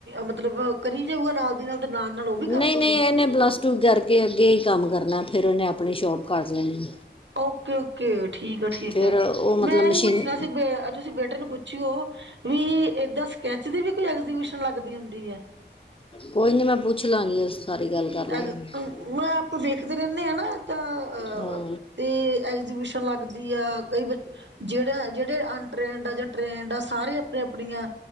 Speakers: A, on the right (about 80°); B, on the left (about 30°).
A: ਮਤਲਬ ਕਰੀ ਜਾਊਗਾ ਨਾਲ ਦੀ ਨਾਲ ਤੇ ਨਾਲ ਨਾਲ ਉਹ ਵੀ ਕਰ
B: ਨਹੀਂ
A: ਲੂਗਾ।
B: ਨਹੀਂ ਇਹਨੇ ਪਲੱਸ ਟੂ ਕਰਕੇ ਅੱਗੇ ਹੀ ਕੰਮ ਕਰਨਾ ਫਿਰ ਉਹਨੇ ਆਪਣੀ ਸ਼ੋਪ ਕਰਢ ਲੈਣੀ
A: ਓਕੇ ਓਕੇ ਠੀਕ ਆ ਠੀਕ
B: ਫਿਰ
A: ਆ
B: ਉਹ ਮਤਲਬ
A: ਮੈਂ ਇਹੀ
B: ਮਸ਼ੀਨ
A: ਪੁੱਛਣਾ ਸੀ ਬੇ ਤੁਸੀਂ ਬੇਟੇ ਨੂੰ ਪੁੱਛਿਓ ਵੀ ਏਦਾਂ ਸਕੈਚ ਦੀ ਵੀ ਕੋਈ ਐਗਜੀਬਿਸ਼ਨ ਲੱਗਦੀ ਹੁੰਦੀ ਹੈ।
B: ਕੋਈ ਨੀ ਮੈਂ ਪੁੱਛ ਲਾਂਗੀ ਸਾਰੀ ਗੱਲ ਕਰ ਲਾਂਗੀ
A: ਐ ਮ ਆਪ ਵੇਖਦੇ ਰਹਿੰਦੇ ਹ ਨਾ ਤਾਂ
B: ਹਾਂ
A: ਤੇ ਐਗਜੀਬਿ ਪੁੱਣ ਲੱਗਦੀ ਆ ਕਈ ਬੱਚ ਜਿਹੜੇ ਜਹੜੇ ਅਨਟਰੇਨਡ ਆ ਜਾਂ ਟ੍ਰੇਨਡ ਆ ਸਾਰੀਆਂ ਆਪੀਆਂ ਆਪਣੀਆਂ